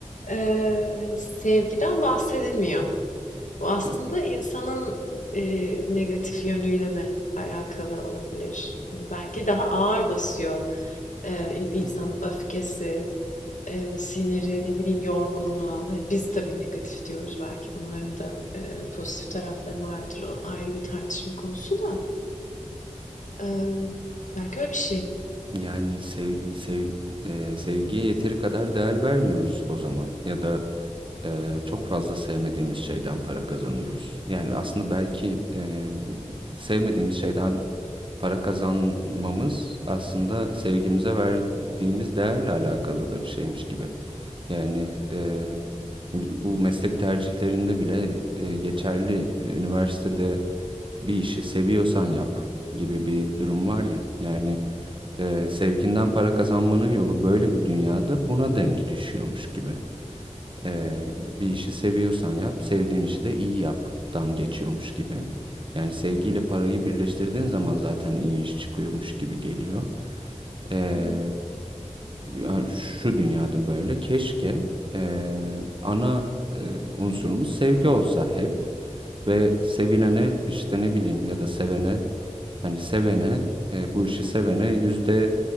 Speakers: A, on the left; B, on the right.
A: e, hani sevgiden bahsedilmiyor. Bu aslında
B: hmm,
A: insanın e, negatif yönüyle mi alakalı olabilir? Yani belki daha ağır basıyor e, insanın
B: hmm.
A: öfkesi, e, siniri, ne bileyim yorgunluğu. Hani biz tabii negatif diyoruz belki. Bunların da e, pozitif tarafları vardır. O ayrı bir tartışma konusu da. E, belki öyle bir şey.
B: Yani sev, sev, e, sevgiye yeteri kadar değer vermiyoruz o zaman ya da e, çok fazla sevmediğimiz şeyden para kazanıyoruz. Yani aslında belki e, sevmediğimiz şeyden para kazanmamız aslında sevgimize verdiğimiz değerle alakalı da bir şeymiş gibi. Yani e, bu meslek tercihlerinde bile e, geçerli üniversitede bir işi seviyorsan yap gibi bir durum var ya. Yani ee, sevginden para kazanmanın yolu böyle bir dünyada buna denk düşüyormuş gibi. Ee, bir işi seviyorsan yap, sevdiğin işi de iyi yaptan geçiyormuş gibi. Yani sevgiyle parayı birleştirdiğin zaman zaten iyi iş çıkıyormuş gibi geliyor. Ee,
A: Hı hı.
B: yani şu dünyada böyle keşke e, ana e, unsurumuz sevgi olsa hep ve sevilene işte ne bileyim ya da sevene hani sevene e, bu işi sevene yüzde